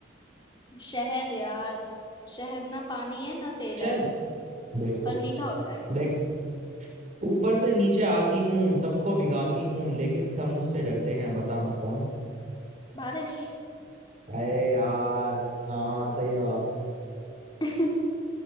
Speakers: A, on the left (about 20°); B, on the right (about 35°).
A: शहद यार शहद ना पानी है ना तेल
B: चल
A: है
B: बेवकूफ
A: पर मीठा होता है
B: देख ऊपर से नीचे आती हूँ सबको भिगाती हूँ लेकिन सब मुझसे डरते हैं बता मैं कौन
A: बारिश
B: अरे यार हाँ सही जवाब
A: <laughs>